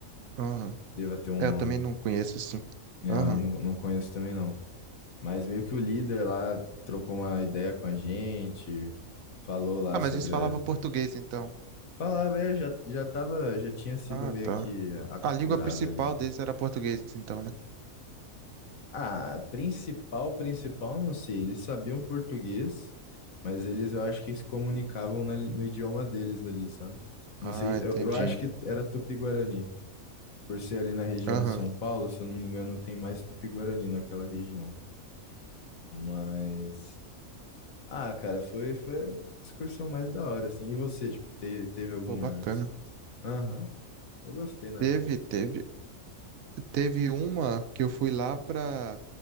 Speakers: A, on the right; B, on the left.
A: Aham.
B: deva ter um
A: É,
B: nome.
A: eu também não conheço assim.
B: É,
A: Aham.
B: eu não, não conheço também não. Mas meio que o líder lá trocou uma ideia com a gente, falou lá
A: Ah, mas
B: sobre
A: eles falavam
B: a-
A: português então.
B: Falar, velho, já, já tava, já tinha sido
A: Ah,
B: meio
A: tá.
B: que aculturado
A: A língua principal
B: ali.
A: deles era português então, né?
B: Ah, principal, principal, não sei, eles sabiam português, mas eles, eu acho que se comunicavam na li- no idioma deles ali, sabe? Não
A: Ah,
B: sei,
A: entendi.
B: eu, eu acho que era Tupi-Guarani, por ser ali na região
A: Aham.
B: de São Paulo, se eu não me engano, tem mais Tupi-Guarani naquela região. Mas, ah, cara, foi, foi a excursão mais da hora, assim. E você, tipo, teve, teve alguma
A: Pô, bacana.
B: excursão? Aham, eu gostei, né?
A: Teve, teve, teve uma que eu fui lá pra,